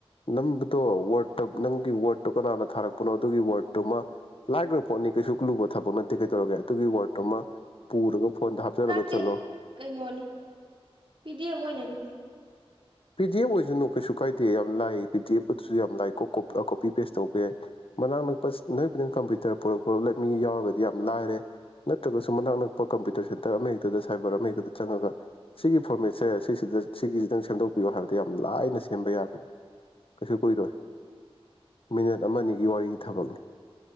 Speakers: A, on the left (about 60°); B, on the right (about 55°).
A: ꯅꯝꯕꯗꯣ ꯋꯥꯔꯗꯠꯇ ꯅꯪꯒꯤ ꯋꯥꯔꯗꯠꯇꯣ ꯀꯅꯥꯅ ꯊꯥꯔꯛꯄꯅꯣ ꯑꯗꯨꯒꯤ ꯋꯥꯔꯗꯠꯇꯨꯃ ꯂꯥꯏꯈ꯭ꯔꯕ ꯄꯣꯠꯅꯤ ꯀꯩꯁꯨ ꯂꯨꯕ ꯊꯕꯛ ꯅꯠꯇꯦ ꯀꯩꯗꯧꯔꯒꯦ ꯑꯗꯨꯒꯤ ꯋꯥꯋꯔꯗ ꯄꯨꯔꯒ ꯐꯣꯟꯗ ꯍꯥꯞꯆꯜꯂꯒ
B: ꯅꯠꯇꯦ
A: ꯆꯠꯂꯣ
B: ꯀꯩꯅꯣꯅꯤ ꯄꯤꯗꯤ ꯑꯦꯐ ꯑꯣꯏꯅꯅꯤ
A: ꯄꯤ ꯗꯤ ꯑꯦꯐ ꯑꯣꯏꯖꯅꯨ ꯀꯩꯁꯨ ꯀꯥꯏꯗꯦ ꯌꯥꯝ ꯂꯥꯏ ꯄꯤ ꯗꯤ ꯑꯦꯐꯀꯗꯨꯁꯨ ꯌꯥꯝ ꯂꯥꯏ ꯀꯣꯄꯤ ꯄꯦꯁ ꯇꯧꯕ ꯌꯥꯏ ꯃꯅꯥꯛ ꯅꯛꯄ ꯅꯣꯏꯕꯨ ꯅꯪ ꯀꯝꯄ꯭ꯌꯨꯇꯔ ꯄꯨꯔꯛꯄ ꯃꯤ ꯌꯥꯎꯔꯒꯗꯤ ꯌꯥꯝ ꯂꯥꯏꯔꯦ ꯅꯠꯇ꯭ꯔꯒꯁꯨ ꯃꯅꯥꯛ ꯅꯛꯄ ꯀꯝꯄ꯭ꯌꯨꯇꯔ ꯁꯦꯟꯇꯔ ꯑꯃꯍꯦꯛꯇꯗ ꯁꯥꯏꯕꯔ ꯑꯃ ꯍꯦꯛꯇꯗ ꯆꯪꯉꯒ ꯁꯤꯒꯤ ꯐꯣꯔꯃꯦꯠꯁꯦ ꯁꯤꯁꯤꯗ ꯁꯤꯒꯤꯁꯤ ꯅꯪ ꯁꯦꯝꯗꯣꯛ ꯄꯤꯌꯣ ꯍꯥꯏꯕꯗꯤ ꯌꯥꯝ ꯂꯥꯏꯅ ꯁꯦꯝꯕ ꯌꯥꯒꯅꯤ ꯀꯩꯁꯨ ꯀꯨꯏꯔꯣꯏ ꯃꯤꯅꯦ ꯑꯃꯅꯤ ꯑꯒꯤ ꯋꯥꯔꯤꯒꯤ ꯊꯕꯛꯅꯤ